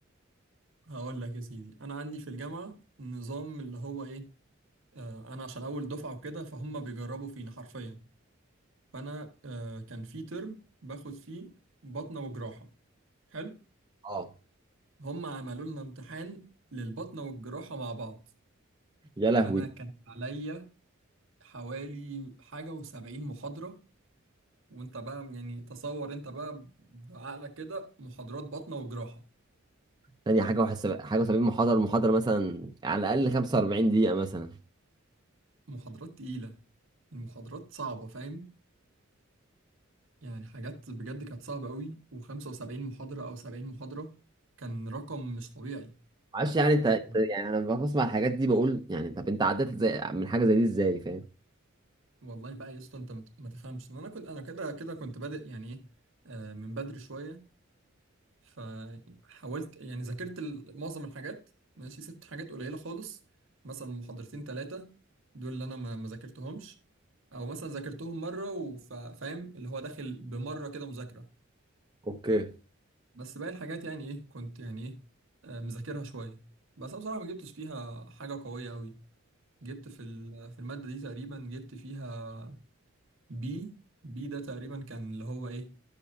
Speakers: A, on the right; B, on the right.
A: هقول لك يا سيدي انا عندي في الجامعة نظام اللي هو ايه آه انا عشان اول دفعة وكده فهم بيجربوا فينا حرفيا فانا آه كان في ترم باخد فيه بطنة وجراحة حلو
B: اه
A: هم عملوا لنا امتحان للبطنة والجراحة مع بعض
B: يا لهوي
A: فانا كان عليا حوالي حاجة وسبعين محاضرة وانت بقى يعني تصور انت بقى بعقلك كده محاضرات باطنة وجراحة
B: تاني حاجة وحساب حاجة وسبعين محاضرة المحاضرة مثلا على الأقل خمسة وأربعين دقيقة مثلا
A: محاضرات تقيلة المحاضرات صعبة فاهم يعني حاجات بجد كانت صعبة قوي وخمسة وسبعين محاضرة أو سبعين محاضرة كان رقم مش طبيعي
B: معرفش يعني انت
A: انت
B: انت- يعني انا بسمع الحاجات دي بقول يعني طب انت عديت زي من حاجه زي دي ازاي فاهم
A: والله بقى يا اسطى انت مت- ما تفهمش انا كنت انا كده كده كنت بادئ يعني ايه آه، من بدري شوية فحاولت يعني ذاكرت ال- معظم الحاجات ماشي سبت حاجات قليلة خالص مثلا محاضرتين ثلاثة دول اللي أنا ما ما ذاكرتهمش أو مثلا ذاكرتهم مرة وفاهم اللي هو داخل بمرة كده مذاكرة
B: اوكي
A: بس باقي الحاجات يعني إيه كنت يعني إيه آه، مذاكرها شوية بس أنا بصراحة ما جبتش فيها حاجة قوية أوي جبت في ال- في المادة دي تقريبا جبت فيها بي بي ده تقريبا كان اللي هو إيه